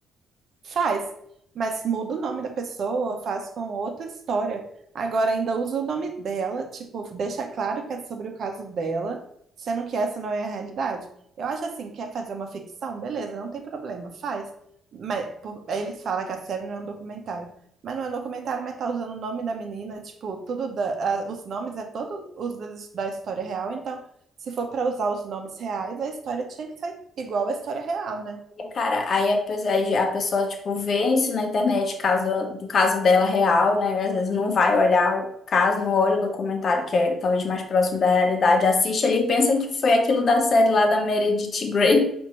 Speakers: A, on the right; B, on the left.
A: Faz, mas muda o nome da pessoa, faz com outra história. Agora ainda usa o nome dela, tipo, deixa claro que é sobre o caso dela, sendo que essa não é a realidade. Eu acho assim, quer fazer uma ficção? Beleza, não tem problema, faz. Mas por- aí eles falam que a série não é um documentário. Mas não é um documentário, mas tá usando o nome da menina, tipo, tudo da- a- os nomes é todo os da da história real, então se for para usar os nomes reais, a história tinha que ser igual à história real, né?
B: Cara, aí a pessoa, a pessoa, tipo, vê isso na internet, caso, do caso dela real, né? Às vezes não vai olhar o caso, não olha o documentário, que é talvez mais próximo da realidade. Assiste ali e pensa que foi aquilo da série lá da Meredith Grey,